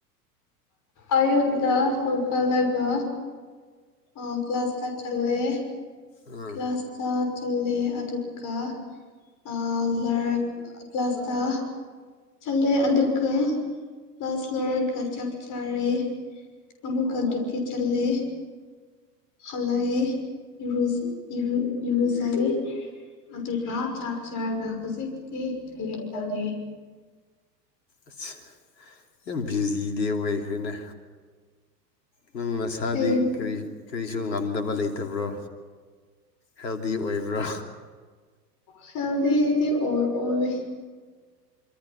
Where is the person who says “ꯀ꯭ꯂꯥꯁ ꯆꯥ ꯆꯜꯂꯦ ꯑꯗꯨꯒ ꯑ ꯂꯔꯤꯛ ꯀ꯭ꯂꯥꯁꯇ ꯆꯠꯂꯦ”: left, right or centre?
Left